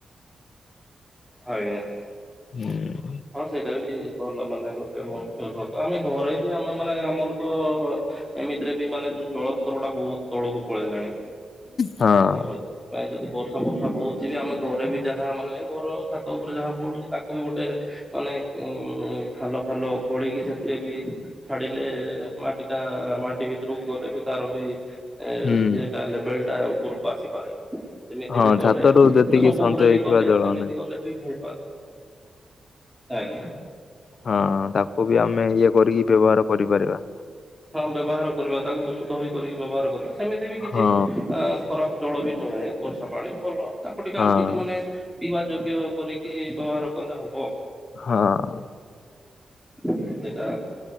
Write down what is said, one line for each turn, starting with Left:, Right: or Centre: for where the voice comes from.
Centre: ଆଜ୍ଞା।
Left: ହୁଁ।
Centre: ହଁ ସେଇଟା ବି ଭଲ ମାନେ ଗୋଟେ ଆମେ ଘରେ ବି ଆମେ ମାନେ ଆମର ଏମିତିରେ ବି ମାନେ ଯୋଉ ଜଳସ୍ତର ଟା ବହୁତ ତଳକୁ ପଳେଇଲାଣି।
Left: ହଁ
Centre: ଉହୁଁ ଆଃ ଯ ବର୍ଷା ଫର୍ଷା ହୋଉଛି ବି ଆମେ ଘରେ ବି ଯାହା ମାନେ ଘର ଛାତ ଉପରେ ଯାହା ପଡୁଛି ତାକୁ ବି ଗୋଟା ମାନେ ଉଁ ଖାଲ ଫାଲ ଖୋଳିକି ସେଥିରେ ବି ଛାଡିଲେ ମାଟି ଟା ମାଟି ଭିତରକୁ ଗଲେ ବି ତାର ବିଟା
Left: ହୁଁ
Centre: ଲେବଲ ଟା ଉପରକୁ ଆସିପାରେ। ସେମିତି
Left: ହଁ
Centre: ବି କଲେ
Left: ଛାତରୁ
Centre: ମାନେ
Left: ଯେତିକି
Centre: ସବୁ
Left: ସଞ୍ଚୟ
Centre: ଘରେ ବି
Left: ହେଇଥିବା
Centre: କଲେ
Left: ଜଳ
Centre: ସେମିତି
Left: ନାହିଁ
Centre: କଲେ ଭୁ ଆ <inaudible> ଆଜ୍ଞା।
Left: ହଁ ତାକୁ ବି ଆମେ ଇଏ କରିକି ବ୍ୟବହାର କରିପାରିବା।
Centre: ହଁ ବ୍ୟବହାର କରିବା ତାକୁ ବିଷୁଦ୍ଧ ହୋଇ କରିକି ବ୍ୟବହାର କରିବା ସେମିତି ବି କିଛି
Left: ହଁ
Centre: ଅ ଖରାପ ଜଳ ବି ନୁହେଁ ବର୍ଷା ପାଣି ଭଲ ତାକୁ ଟିକେ
Left: ହଁ
Centre: ଆଉ ଟିକେ ମାନେ ପିଇବା ଯୋଗ୍ୟ କରିକି ବ୍ୟବହାର କଲେ ହବ।
Left: ହଁ।
Centre: ସେଇଟା